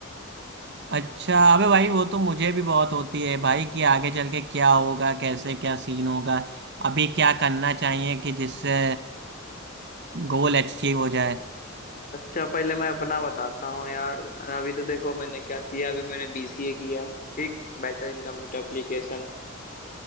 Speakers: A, on the right (about 55°); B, on the left (about 40°).
A: अच्छा अबे भाई वो तो मुझे भी बहुत होती है भाई कि आगे चल के क्या होगा कैसे क्या सीन होगा अभी क्या करना चाहिए कि जिससे गोल अचीव हो जाए
B: अच्छा पहले मैं अपना बताता हूँ यार अभी तो देखो मैंने क्या किया अभी मैंने बीसीए किया ठीक बैचलर इन कंप्यूटर एप्लीकेशन